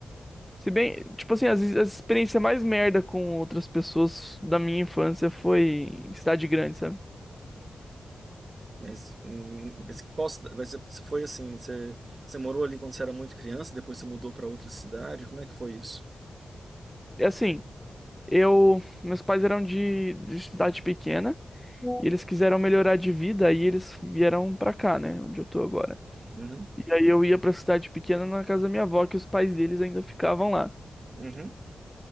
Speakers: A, in the centre; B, on the right.
A: Se bem, tipo assim, as, as experiências mais merda com outras pessoas da minha infância foi em cidade grande, sabe?
B: Mas, hum, mas qual, cida- mas você foi assim, você, você morou ali quando você era muito criança, depois você mudou para outra cidade, como é que foi isso?
A: É assim, eu. Meus pais eram de, de cidade pequena e eles quiseram melhorar de vida, aí eles vieram pra cá, né? Onde eu tô agora.
B: Uhum,
A: E aí eu ia pra cidade pequena na casa da minha avó, que os pais deles ainda ficavam lá.
B: uhum.